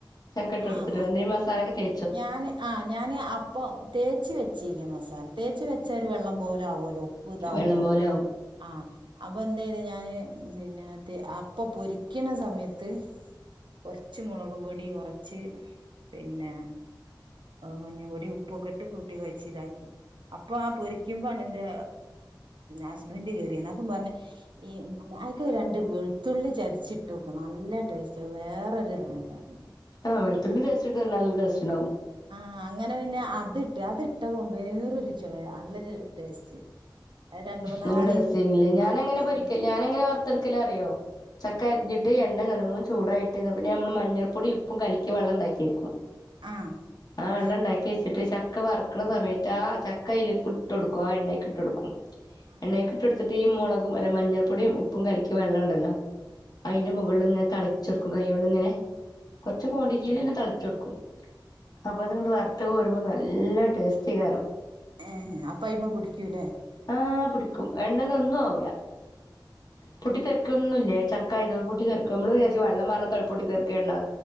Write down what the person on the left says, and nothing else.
ചക്കട്ട്കൊടുത്തിട്ട്
നീ മസാലയൊക്കെ തേ
വെള്ളം പോലെ ആവും
ആ വെളുത്തുള്ളി അരച്ചിട്ട നല്ല ടെസ്റ്റ്‌ ഇണ്ടാവും
നല്ല ടേസ്റ്റ്നല്ലേ ഞാനങ്ങനെ
പൊരിക്ക ഞാനങ്ങനെ വർ വറുത്തെടുക്കൽ അറിയോ ചക്ക
അരിഞ്ഞിട്ട് എ നല്ലോണം ചൂടായിട്ട് പിന്നെ നമ്മള് മഞ്ഞൾപ്പൊടി ഉപ്പും കലിക്കി വെള്ളം ഉണ്ടാക്കി വെക്കും
ആഹ്
വെള്ളം ഉണ്ടാക്കി വെച്ചിട്ട് ച ചക്ക വറക്കണ സമയത്ത് ആ ചക്ക അയിലേക്ക് ഇട്ട് കൊടുക്കും ആ എണേക്ക് ട്ട്ടുക്കും
എണ്ണക്ക്
ഇട്ടെടുത്തിട്ട് ഈ മോ മുളകും അല്ല മഞ്ഞൾപ്പൊടിയും ഉപ്പും കലക്കി വെള്ള ഉണ്ടല്ലോ
അയിന്റെ മുകളിൽ ഇങനെ തളി ചെർക്കും കൈയോണ്ട് ഇങ്ങനെ
കുറച്ച്
ക്വാണ്ടിറ്റിയിൽ
ഇങ്ങനെ തളിച്ച് കൊടുക്കും
അപ്പൊ അത്ങ്ങട്ട് വർ ത്ത് കോരുമ്പോൾ നല്ല ടേസ്റ്റി കാരം
ആഹ് പിടി ടിക്കും എണ്ണെന്നൊന്നും ആവുല്ല
പൊട്ടിത്തെറി ക്കൊന്നുല്ലാ ചക്കായതോ പൊട്ടി തർക്കും നമ്മള് വിചാരിച്ച് വെള്ളം മറണ തോ പൊട്ടി തീർക്കണ്ട